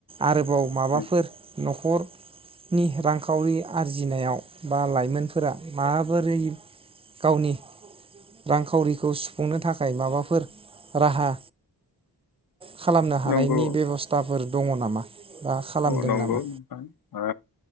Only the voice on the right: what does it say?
आरोबाव माबाफोर
न'खरनि रांखावरि आरजिनायाव बा लाइमोनफोरा माबोरै गावनि रांखावरिखौ सुफुंनो थाखाय माबाफोर राहा खालामनो हानायनि
बेबस्थाफोर दङ नामा बा खालामदों
नामा